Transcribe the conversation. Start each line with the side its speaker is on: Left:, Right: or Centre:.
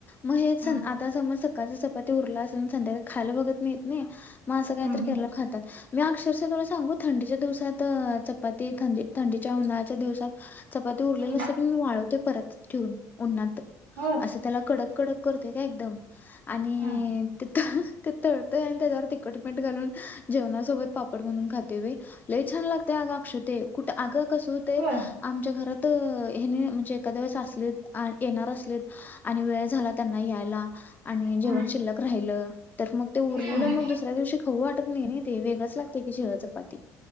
Left: मग हे
Right: हम्म
Left: आता समज सकाळच्या चपाती उरलं असं कोण संध्याकाळी खायला‌‌ बघत नाही. नाही मग असं काहीतरी
Right: हम्म हम्म
Left: केल्यावर खातात. मी अक्षरशः तुला सांगू थंडीच्या दिवसात चपाती थंडी थंडीच्या उन्हाळच्या दिवसात चपाती उरलेली
Right: हम्म
Left: असलं की मी वाळवते परत ठेऊन उन्हात
Right: होय
Left: असं त्याला कडक कडक करते काय एकदम आणि
Right: हम्म
Left: ते ते तळतंय आणि त्याच्यावर तिखट मीठ घालून जेवणासोबत पापड म्हणून खाते मी लय छान लागते अगं आक्षे ते कुठं आगं कसं होतंय
Right: होय
Left: घरात ह्यानी म्हणजे एखाद्या वेळेस असले येणार असलेत आणि वेळ झाला त्यांना यायला आणि जेवण
Right: हम्म.
Left: शिल्लक राहिलं तर मग ते उरलेलं
Right: हम्म.
Left: मग दुसऱ्या दिवशी खाऊ वाटत नाही ते वेगळंच लागते की शिळं चपाती